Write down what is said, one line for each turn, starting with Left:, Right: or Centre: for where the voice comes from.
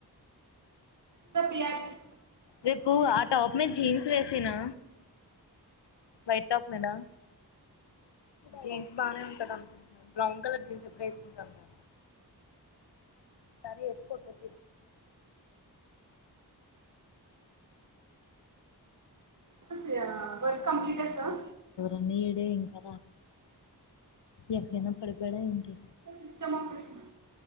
Right: sir P R T
Left: రేపు ఆ టాప్ మీద జీన్స్ వేసినా వైట్ టాప్ మీద జీన్స్ బానే ఉంటద బ్రౌన్ కలర్ జీన్స్ ఎపుడు వేసుకొని రాలేదా సరే వాస్కో
Right: చూసియర మర్ కంప్లీటెడ్ సర్
Left: అన్ని ఇడే ఇంకా ఎక్కడైనా పడిపోయాడా ఏంటి
Right: సిస్టామ్ ఆఫీస్